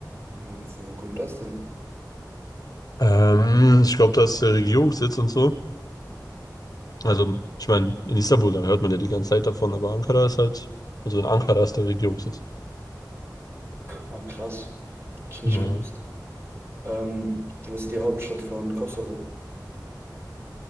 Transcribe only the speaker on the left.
Ähm, ich glaube, da ist der Regierungssitz und so. Also, ich meine, in Istanbul, da hört man ja die ganze Zeit davon, aber Ankara ist halt, also in Ankara ist der Regierungssitz.
Ja.